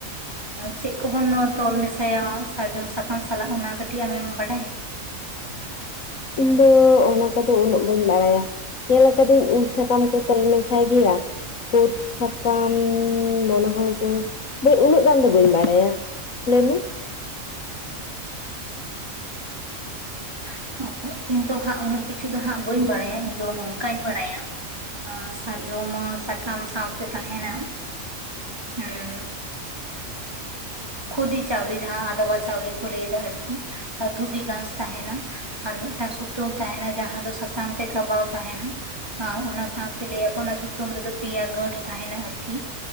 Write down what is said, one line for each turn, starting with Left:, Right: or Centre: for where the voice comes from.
Right: ᱪᱮᱜ ᱠᱚᱵᱚᱱ ᱛᱚᱞ ᱢᱮᱥᱟᱭᱟ ᱥᱟᱨᱡᱚᱢ ᱥᱟᱠᱟᱢ ᱥᱟᱞᱟᱜ ᱚᱱᱟ ᱠᱟᱹ ᱴᱤᱡ ᱟᱢᱮᱢ ᱵᱟᱰᱟᱭᱟ
Left: ᱤᱧ ᱫᱚ ᱚᱱᱟ ᱠᱚᱫᱚ ᱩᱱᱟᱹᱜ ᱵᱟᱹᱧ ᱵᱟᱲᱟᱭᱟ ᱧᱮᱞ ᱠᱟᱫᱟᱹᱧ ᱩᱞ ᱥᱟᱠᱟᱢ ᱠᱚ ᱛᱚᱞ ᱢᱮᱥᱟᱭ ᱜᱮᱭᱟ ᱠᱳᱫ ᱥᱟᱠᱟᱢᱻ ᱢᱚᱱᱮ ᱦᱚᱭ ᱛᱚ ᱵᱟᱹᱧ ᱩᱱᱟᱹᱜ ᱜᱟᱱ ᱫᱚ ᱵᱟᱹᱧ ᱵᱟᱲᱟᱭᱟ ᱞᱟᱹᱭᱢᱮ
Right: <inaudible> ᱤᱧ ᱫᱚ ᱦᱟᱸᱜ ᱩᱱᱟᱹᱜ ᱠᱤᱪᱷᱩ ᱫᱚ ᱦᱟᱸᱜ ᱵᱟᱹᱧ ᱵᱟᱲᱟᱭᱟ, ᱤᱧ ᱫᱚ ᱱᱚᱝᱠᱟᱧ ᱵᱟᱲᱟᱭᱟ ᱾ ᱥᱟᱨᱡᱚᱢ ᱥᱟᱠᱟᱢ ᱥᱟᱶᱛᱮ ᱛᱟᱦᱮᱱᱟ ᱾ ᱦᱩᱸᱻ ᱠᱷᱩᱫᱤ ᱪᱟᱣᱞᱮ ᱡᱟᱦᱟᱸ ᱟᱫᱣᱟ ᱪᱟᱣᱞᱮ ᱠᱚ ᱞᱟᱹᱭ ᱮᱫᱟ ᱟᱨ ᱠᱤ ᱫᱷᱩᱵᱤ ᱜᱷᱟᱥ ᱛᱟᱦᱮᱸᱱᱟ ᱟᱨ ᱢᱤᱫᱴᱟᱝ ᱥᱩᱛᱟᱹᱢ ᱛᱟᱦᱮᱸᱱᱟ ᱡᱟᱦᱟᱸ ᱫᱚ ᱥᱟᱥᱟᱝ ᱛᱮ ᱜᱟᱵᱟᱣ ᱛᱟᱦᱮᱸᱱᱟ ᱟᱨ ᱚᱱᱟ ᱥᱟᱶᱛᱮ ᱞᱟᱹᱭᱟᱠᱚ ᱚᱱᱟ ᱥᱩᱛᱟᱹᱢ ᱨᱮᱫᱚ ᱯᱮᱭᱟ ᱜᱟᱹᱴ ᱛᱟᱦᱮᱸᱱᱟ ᱟᱨᱠᱤ